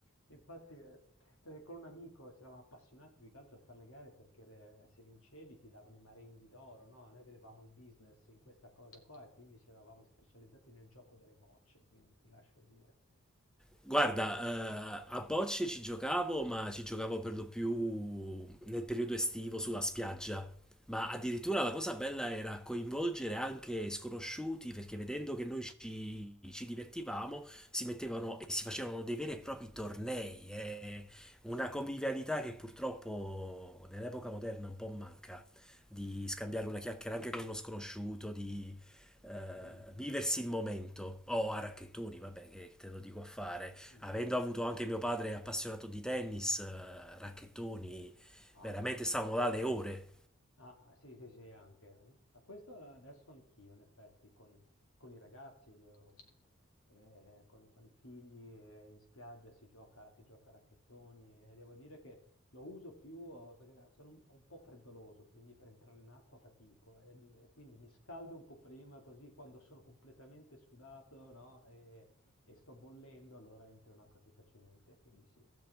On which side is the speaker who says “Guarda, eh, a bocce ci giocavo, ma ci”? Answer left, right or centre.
Centre